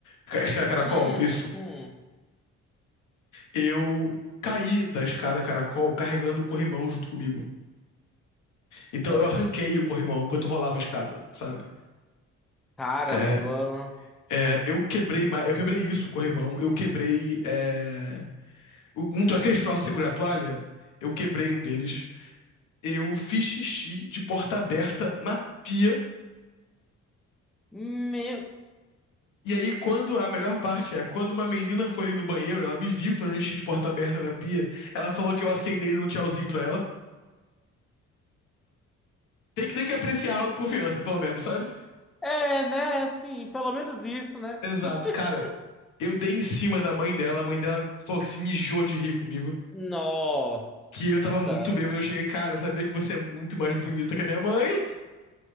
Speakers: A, on the left (about 85°); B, in the centre.
A: ca- Escada caracol?
B: Hum,
A: Isso.
B: hum.
A: Eu caí da escada caracol carregando o corrimão junto comigo. Então
B: Ah,
A: eu arranquei o corrimão enquanto eu rolava a escada, sabe?
B: Caramba.
A: É, é, eu quebrei ma- eu quebrei isso, o corrimão. Eu quebrei. É, o- um, aqueles troços de segurar a toalha, eu quebrei um deles. Eu fiz xixi de porta aberta na pia
B: Meu.
A: E aí, quando a melhor parte é, quando uma menina foi ali no banheiro, ela me viu fazendo xixi de porta aberta na pia, ela falou que eu acenei dando um tchauzinho pra ela. Tem que, tem que apreciar a autoconfiança, pelo menos, sabe?
B: É, né? Assim, pelo menos isso, né?
A: Exato,
B: <laughs>
A: cara. Eu dei em cima da mãe dela, a mãe dela falou que se mijou de rir comigo,
B: Nossa.
A: que eu tava muito bêbado. Eu cheguei, cara, sabia que você é muito mais bonita que a minha mãe?